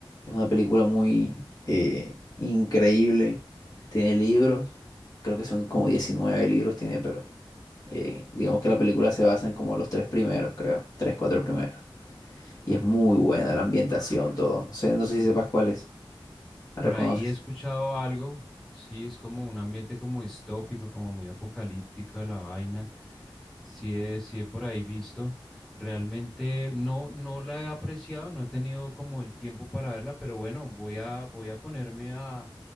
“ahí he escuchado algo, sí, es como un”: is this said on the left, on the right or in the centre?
Centre